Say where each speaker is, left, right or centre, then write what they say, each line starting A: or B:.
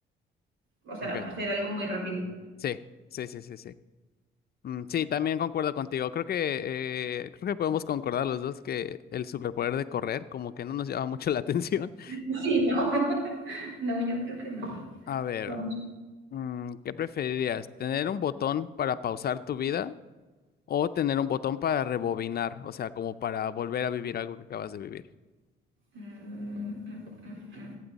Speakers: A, on the right (about 70°); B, on the left (about 50°).
A: o sea,
B: Ok,
A: hacer algo muy rápido.
B: sí, sí, sí, sí, sí. Mm, sí, también concuerdo contigo. Creo que eh, creo que podemos concordar los dos que el superpoder de correr como que no nos llama mucho la atención. <laughs>
A: <laughs> Sí, no, <laughs> no, yo creo que no.
B: A ver,
A: Vamos.
B: mm, ¿qué preferirías? ¿Tener un botón para pausar tu vida? O tener un botón para rebobinar, o sea, como para volver a vivir algo que acabas de vivir. <laughs>
A: Mm, mm, mm, mm.